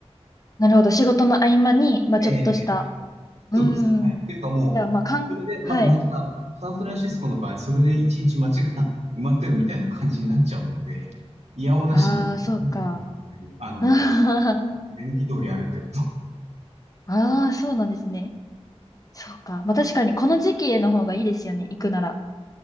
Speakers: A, on the left; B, on the right.
A: なるほど。仕事の合間に、まあちょっとした。
B: <laughs> えー、そうです。
A: うん。
B: はい。っていうかもう、
A: じゃあ、まあ、かん、
B: それで、
A: はい。
B: ま、街が、サンフランシスコの場合、それで一日街が <laughs> 埋まってるみたいな感じになっちゃうので、いやおうなしに見てしまうという、
A: ああ、そうか。
B: あの、
A: <laughs> あー
B: 目抜き通り歩いてると。
A: あー、そうなんですね。そうか。まあ確かにこの時期への方がいいですよね。行くなら。